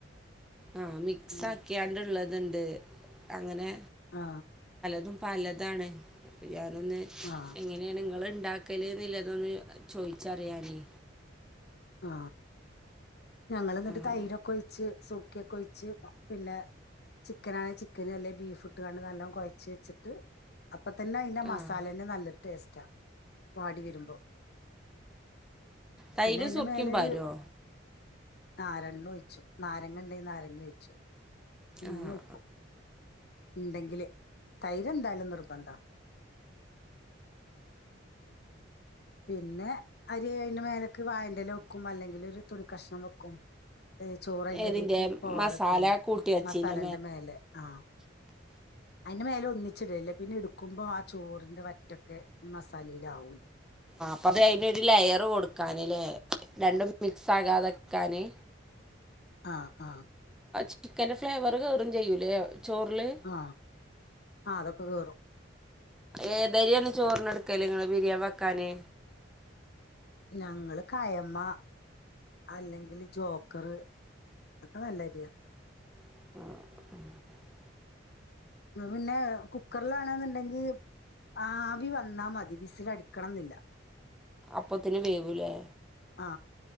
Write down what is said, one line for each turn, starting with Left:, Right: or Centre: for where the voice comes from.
Centre: ആ മിക്സ്
Left: ഉം
Centre: ആക്കിയാണ്ടുള്ളതുണ്ട് അങ്ങനെ
Left: ആ
Centre: ത് പലതാണ് അപ്പൊ ഞാനൊന്ന്
Left: ആ
Centre: എങ്ങനെയാണിങ്ങൾ ഇണ്ടാ ഉണ്ടാക്കല് ന്നില്ലതൊന്ന് ചോദിച്ചറിയാനേ
Left: ആ ഞങ്ങൾ ന്നട്ട്
Centre: ആഹ്
Left: തൈരൊക്കെ ഒഴിച്ച് സുർക്ക ഒക്കെ ഒഴിച്ച് പിന്നെ ചിക്കനാണെ ചിക്കന് അല്ലെ ബീഫ് ഇട്ട് കാണ്ട് നല്ലോം കൊഴച്ച് വെച്ചിട്ട് അപ്പ തന്നെ അയിന്റെ മസാലെന്നെ
Centre: ആഹ്
Left: നല്ലോരു ടേസ്റ്റാ. വാടി വരുമ്പോ
Centre: തൈരും
Left: പിന്നെ അയിന്റെ
Centre: സുർക്കിം
Left: മേലൊ
Centre: പാരോ
Left: രു നാരണ്ണ ഒഴിച്ചു നാരങ്ങ ഇണ്ടെങ്കിൽ നാരങ്ങി വഴച്ചു. മൂന്നു
Centre: ആഹ്
Left: ഴിക്കും ഉണ്ടെങ്കില് തൈരെന്താലും നിർബന്ധ പിന്നെ അരി അയിന്റെ മേലക്ക് വായറ്റെല വെക്കും അല്ലെങ്കിൽ ഒരു തുണി കഷ്ണം വെക്കും. ചോറൈന്റെടീക്ക്
Centre: ഇതിന്റെ
Left: പോവാതൊക്കാൻ
Centre: മസാല കൂട്ടി വച്ചീന്റെ
Left: മസാലേന്റെ മേലെ ആ <inaudible> അയിന്റെ മേലെ ഒന്നിച്ചിടല്ലേ പിന്നെ ഇ ടുക്കുമ്പോ ആ ചോറിന്റെ വറ്റൊക്കെ മസാലയിആാവൂല്ലേ
Centre: അപ്പത് അയ്നൊരു. ലയറ് കൊടുക്കാന്ല്ലേ രണ്ടും മിക്സ് ആകാതക്കാന്
Left: ആ ആ
Centre: ചിക്കന്റെന്റെ ഫ്ലേവർ കയറും ചെയ്യൂലേ ചോറില്
Left: ആ ആ അതൊക്കെ കേറും.
Centre: ഏതരിയാണ് ചോറിന് ഇട്ക്കല് നിങ്ങള് ബിരിയാണി വെക്കാന്?
Left: ഞങ്ങള് കയമ്മ അല്ലെങ്കില് ജോക്കർ ഒക്കെ നല്ലായിരിയാ
Centre: <inaudible>
Left: <unintelligible> പിന്നെ കുക്കറിലണെന്ന്ണ്ടെങ്കി ആവി വന്നാ മതി വിസിലടിക്കണംന്നില്ല
Centre: അപ്പത്തിന് വേവൂലേ?
Left: ആ